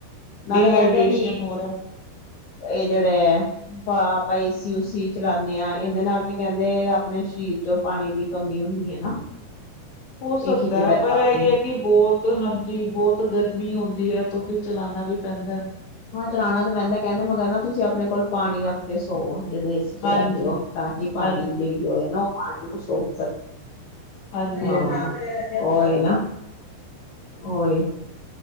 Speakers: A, on the left (about 60°); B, on the left (about 45°).
A: ਨਾਲੇ
B: ਡੀਹਾਈਡ੍ਰੇਸ਼ਨ
A: ਕਹਿੰਦੇ ਕਿ
B: ਹੋ ਰਿਹਾ
A: ਇਹ ਜੇੜੇ ਅ ਪਾ ਆਪਾਂ ਏਸੀ ਉਸੀ ਚਲਾਨੇ ਆਂ, ਇੰਦੇ ਨਾਲ ਵੀ ਕਹਿੰਦੇ, ਆਪਣੇ ਸ਼ਰੀਰ ਚੋਂ ਪਾਣੀ ਦੀ ਕਮੀ ਹੁੰਦੀ ਐ ਨਾ।
B: ਹੋ
A: ਇਹ
B: ਸਕਦਾ
A: ਖਿੱਚਦਾ
B: ਐ। ਪਰ
A: ਪਾਣੀ
B: ਏਈ ਐ ਕਿ ਬਹੁਤ ਹਾਂਜੀ ਬਹੁਤ ਗਰਮੀ ਹੁੰਦੀ ਹੈ, ਤੋ ਫਿਰ ਚਲਾਣਾ ਵੀ ਪੈਂਦਾ ਐ।
A: ਹਾਂ ਚਲਾਣਾ ਤਾਂ ਪੈਂਦਾ। ਕਹਿੰਦੇ ਮਗਰ ਨਾ ਤੁਸੀਂ ਆਪਣੇ ਕੋਲ ਪਾਣੀ ਰੱਖ ਕੇ ਸੌਵੋ, ਜ ਦੋਂ ਏਸੀ ਚਲਾਂਦੇ
B: ਹਾਂਜੀ
A: ਓ। ਤਾਂ ਕਿ ਪਾਣੀ
B: ਹਾਂਜੀ
A: ਦੀ ਜਿਹੜੀ ਓਹ ਏ ਨਾ ਓਹ ਪਾਣੀ ਨੂੰ ਸੌਖ ਸਕੇ।
B: ਹਾਂਜੀ
A: ਹਾਂ।
B: ਹਾਂਜੀ
A: ਓ ਏ ਨਾ। ਓ ਈ।